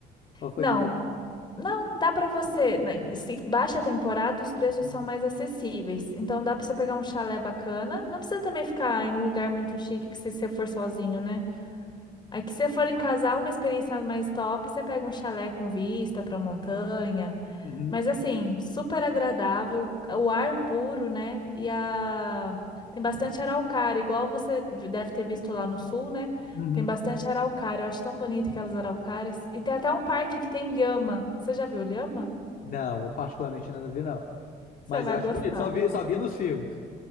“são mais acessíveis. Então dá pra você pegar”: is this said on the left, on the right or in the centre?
Left